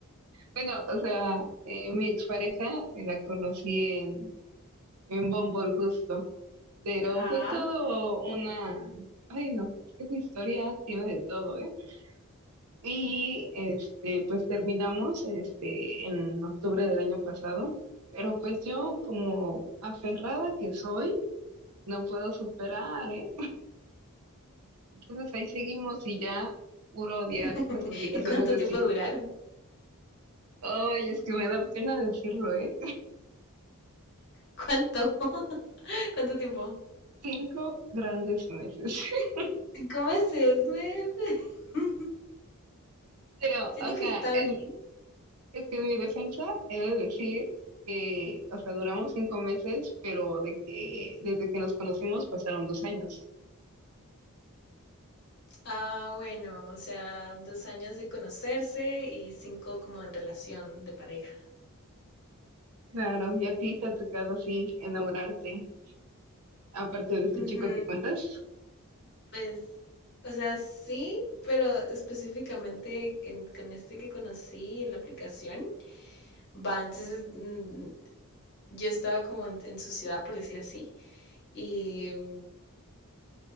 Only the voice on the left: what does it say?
Ajá.
<laughs>
¿Y cuánto
tiempo
duraron?
¿Cuánto? <laughs> ¿Cuánto tiempo?
Cinco meses. me- <laughs>
Siento
que
está
bien.
Ah, bueno, o sea, dos años de conocerse y cinco como en relación de pareja.
Ujú,
Pues, o sea, sí, pero específicamente en- con este que conocí en la aplicación, va, entonces mm, yo estaba como en, en su ciudad, por decir así, y mm,